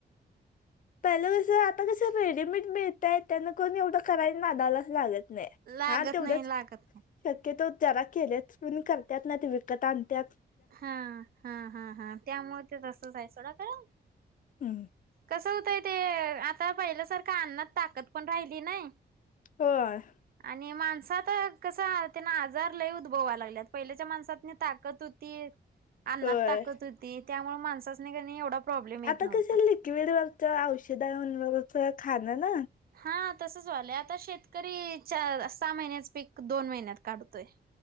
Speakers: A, on the left (about 50°); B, on the right (about 55°).
A: पहिलं कसं, आता कसं रेडीमेड मिळतंय, त्यांना कोण एवढं करायला नादायलाच लागत ना नाय
B: लागत
A: हा तेवढंच
B: नाही लागत नाही.
A: शक्यतो जरा केलेत म्हणून करत्यात नायतर विकत आणत्यात.
B: हा हा, हा हा हा. त्यामुळे ते तसंच ए, सोडा खरं.
A: हं.
B: कसं होतंय ते, आता पहिल्यासारखं अन्नात ताकद पण राहिली नाई
A: होय.
B: आणि माणसात त्यांना आजार लय लागल्यात पहिल्याच्या माणसात ताकद त अन्नात
A: होय
B: ताकत होती त्यामुळे माणसाच नाही एवढा प्रॉब्लेम येत
A: आता
B: नव्हता.
A: कसे लिक्विड वरच्या औषधांवरच खाणं ना
B: हा तसच व्हालंय आता शेतकरी च सहा महिन्याच पीक दोन महिन्यात काढतोय.